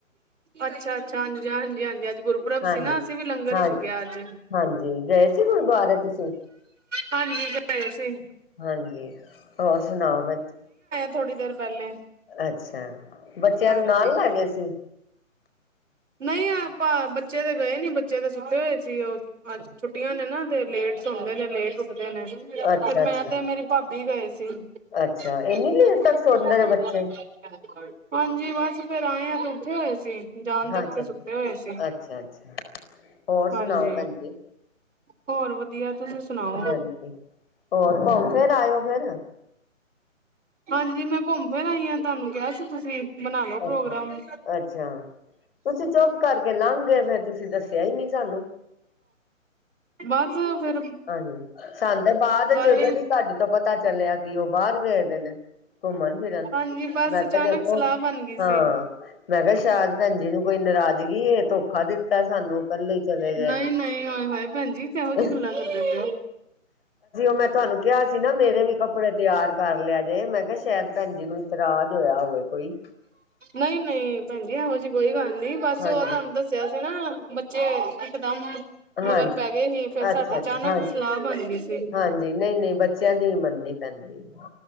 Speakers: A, on the right; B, on the left.
A: ਅੱਛਾ-ਅੱਛਾ ਹਾਂਜੀ- ਹਾਂਜੀ- ਹਾਂਜੀ ਅੱਜ। ਗੁਰਪੁਰਬ
B: ਹਾਂਜੀ
A: ਸੀ ਨਾ ਅਸੀਂ ਵੀ ਲੰਗਰ
B: ਹਾਂ
A: ਹੀ ਛਕਿਆ ਅੱਜ।
B: ਹਾਂਜੀ ਗਏ ਸੀ ਗੁਰਦੁਆਰੇ ਤੁਸੀਂ
A: ਹਾਂਜੀ ਗਏ ਸੀ।
B: ਹਾਂਜੀ, ਹੋਰ ਸੁਣਾਓ ਭੈਣ ਜੀ?
A: ਥੋੜੀ ਦੇਰ ਪਹਿਲੇ।
B: ਅੱਛਾ, ਬੱਚਿਆਂ
A: ਹਾਂਜੀ
B: ਨੂੰ ਨਾਲ ਲੈ ਗਏ ਸੀ?
A: ਨਹੀਂ ਆਪਾਂ ਬੱਚੇ ਤੇ ਗਏ ਨੀ ਬੱਚੇ ਤੇ ਸੁੱਤੇ ਹੋਏ ਸੀ। ਉਹ ਛੁੱਟੀਆਂ ਨੇ ਨਾ ਤੇ ਲੇਟ ਲੇਟ ਸੌਂਦੇ ਨੇ ਲੇਟ ਉੱਠਦੇ ਨੇ ਫੇਰ
B: ਅੱਛਾ ਅੱਛਾ
A: ਮੈਂ ਤੇ ਮੇਰੀ ਭਾਬੀ ਗਏ ਸੀ।
B: ਅੱਛਾ
A: <unintelligible>
B: ਇੰਨੀ ਲੇਟ ਤੱਕ ਸੌਂਦੇ ਨੇ ਬੱਚੇ
A: ਹਾਂਜੀ ਬਸ ਫਿਰ ਆਏ ਆ ਤੇ ਉੱਠੇ ਹੋਏ ਸੀ ਜਾਣ ਦਾ
B: ਅੱਛਾ
A: ਸੁੱਤੇ ਹੋਏ ਸੀ
B: ਅੱਛਾ ਅੱਛਾ ਹੋਰ ਸੁਣਾਓ
A: ਹਾਂਜੀ।
B: ਭੈਣ ਜੀ
A: ਹੋਰ ਵਧੀਆ ਤੁਸੀਂ ਸੁਣਾਓ?
B: ਹਾਂਜੀ ਹੋਰ ਘੁੰਮ ਫਿਰ ਆਏ ਹੋ ਫਿਰ?
A: ਹਾਂਜੀ ਮੈਂ ਘੁੰਮ ਫਿਰ ਆਈ ਹਾਂ ।ਤੁਹਾਨੂੰ ਕਿਹਾ ਸੀ ਤੁਸੀ। ਬਣਾ ਲਓ ਪ੍ਰੋਗਰਾਮ।
B: ਅੱਛਾ ਅੱਛਾ ਤੁਸੀਂ ਚੁੱਪ ਕਰਕੇ ਲੰਘ ਗਏ ਫੇਰ ਤੁਸੀਂ ਦੱਸਿਆ ਹੀ ਨਹੀ ਸਾਨੂੰ।
A: ਬਸ ਫਿਰ।
B: ਹਾਂਜੀ, ਸਾਨੂੰ ਤੇ ਬਾਅਦ
A: ਗੱਲ
B: ਚ ਗਲੀ ਤੁਹਾਡੀ ਤੋਂ ਪਤਾ ਚੱਲਿਆ ਕਿ ਉਹ ਬਾਹਰ ਗਏ ਦੇ ਨੇ। ਘੁੰਮਣ ਫਿਰਨ
A: ਹਾਂਜੀ ਬਸ
B: ਮੈਂ
A: ਅਚਾਨਕ
B: ਤੇ ਦੇਖੋ।
A: ਸਲਾਹ ਬਣ ਗਈ
B: ਹਾਂ,
A: ਸੀ
B: ਮੈਂ ਕਿਹਾ ਸ਼ਾਇਦ ਭੈਣ ਜੀ ਨੂੰ ਕੋਈ ਨਾਰਾਜ਼ਗੀ ਏ ਧੋਖਾ ਦਿੱਤਾ। ਤਾਂ ਸਾਨੂੰ ਇਕੱਲੇ ਚਲੇ ਗਏ
A: ਨਹੀਂ
B: ਨੇ।
A: ਨਹੀਂ ਹਾਏ ਹਾਏ ਭੈਣ ਜੀ ਕਿਹੋ ਜਿਹੀ
B: ਉਹ
A: ਗੱਲਾਂ ਕਰਦੇ ਪਏ ਹੋ।
B: ਮੈਂ ਤੁਹਾਨੂੰ ਕਿਹਾ ਸੀ। ਸੀ ਨਾ ਮੇਰੇ ਵੀ ਕੱਪੜੇ ਤਿਆਰ ਕਰ ਲਿਆ ਜੇ ਮੈਂ ਕਿਹਾ ਸ਼ਾਇਦ ਭੈਣ ਜੀ ਨੂੰ ਇਤਰਾਜ ਹੋਇਆ ਹੋਵੇ। ਕੋਈ
A: ਨਹੀਂ ਨਹੀਂ ਭੈਣ ਜੀ ਇਹੋ ਜਿਹੀ ਕੋਈ ਗੱਲ ਨੀ ਬਸ
B: ਹਾਂਜੀ
A: ਉਹ ਤੁਹਾਨੂੰ ਦੱਸਿਆ ਸੀ ਨਾ। ਬੱਚੇ ਇਕਦਮ।
B: ਹਾਂਜੀ
A: ਮਗਰ ਪੈ ਗਏ ਹੀ ਫਿਰ
B: ਅੱਛਾ
A: ਸਾਡੀ ਅਚਾਨਕ
B: ਅੱਛਾ ਹਾਂਜੀ
A: ਸਲਾਹ ਬਣ ਗਈ ਸੀ।
B: ਹਾਂਜੀ ਨਹੀਂ ਨਹੀਂ ਬੱਚਿਆਂ ਦੀ ਮੰਨਨੀ ਪੈਂਦੀ ਹੈ